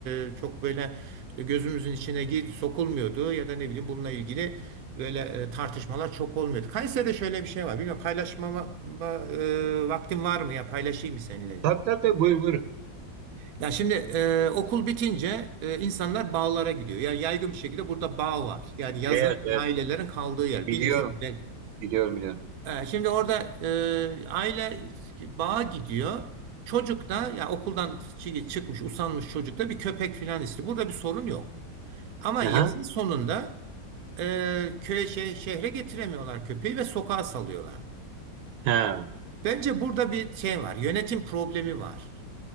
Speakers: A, on the right; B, on the right.
A: e, çok böyle gözümüzün içine gir, sokulmuyordu ya da ne bileyim bununla ilgili böyle e, tartışmalar çok olmuyordu. Kayseri'de şöyle bir şey var. Bilmiyorum paylaşma va- va- e, vaktin var mı ya paylaşayım mı seninle?
B: Tabii tabii tabii buyur buyur.
A: Ya şimdi e, okul bitince e, insanlar bağlara gidiyor. Yani yaygın bir şekilde burada bağ var. Yani yazın
B: Evet, evet
A: ailelerin kaldığı yer
B: biliyorum.
A: bilirsin belki.
B: Biliyorum biliyorum.
A: E, şimdi orada e, aile bağa gidiyor. Çocuk da ya okuldan çı- çıkmış usanmış çocuk da bir köpek falan istiyor. Burada bir sorun yok. Ama
B: Aha.
A: yazın sonunda e, köye şe- şehre getiremiyorlar köpeği ve sokağa salıyorlar.
B: Ha.
A: Bence burada bir şey var. Yönetim problemi var.